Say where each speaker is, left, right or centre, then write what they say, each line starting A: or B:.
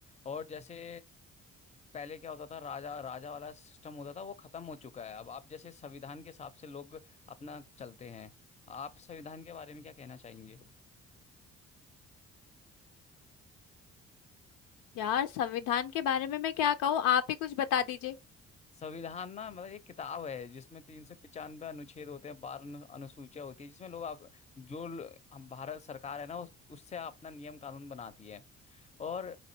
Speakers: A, on the left; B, on the left.
A: और जैसे पहले क्या होता था राजा राजा वाला सिस्टम होता था वो खत्म हो चुका है अब आप जैसे संविधान के हिसाब से लोग अपना चलते हैं आप संविधान के बारे में क्या कहना चाहेंगे
B: यार संविधान के बारे में मैं क्या कहूँ आप ही कुछ बता दीजिए
A: संविधान ना मतलब एक किताब है जिसमें तीन सौ पिचानवे अनुच्छेद होते हैं बारह अनु- अनुसूचियां होती है जिसमें लोग आप जो ल- हम भारत सरकार है ना उस, उससे अपना नियम कानून बनाती है और